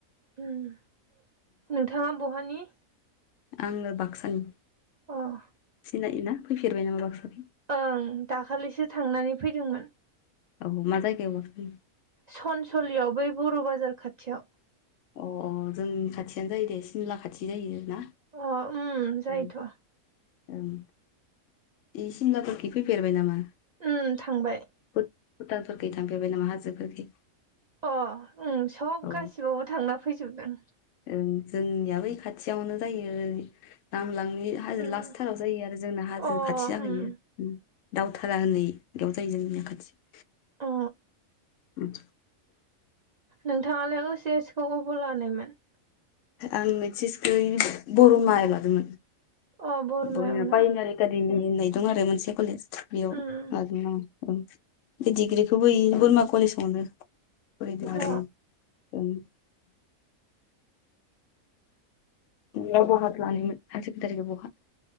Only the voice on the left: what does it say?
आङो बाक्सानि।
सिनायोना फैफेरबाय नामा बाक्साखै
औ मा जायगायावबा फैनाय
अ अ जोंनि खाथियानो जायो दे सिमला खाथि जायो ना?
ओं ओं बे सिमलाफोरखि फैफेरबाय नामा?
भु-भुटानफोरखै थांफेरबाय नामा हाजोफोरखै?
औ
ओं जोंनिया बै खाथियावनो जायो नामलांनि हाजो
लास्टथाराव जायो आरो जोंना हाजो
खाथि जाहैयो।
दावथारा होनै बेयाव जायो जोंनिया खाथि
उम!
आं ओस एसखै बर'मायाव लादोंमोन
बर'मा
बायनारि एकादेमि होननाय दं आरो मोनसे कलेज बेयाव
लादोंमोन आङो। ओं बे डिग्रिखौबो ई बोरमा कलेजावनो फरायदों
आरोना ओं नोंलाय बहाथो लानायमोन हाइसेखेन्दारिखौ बहा?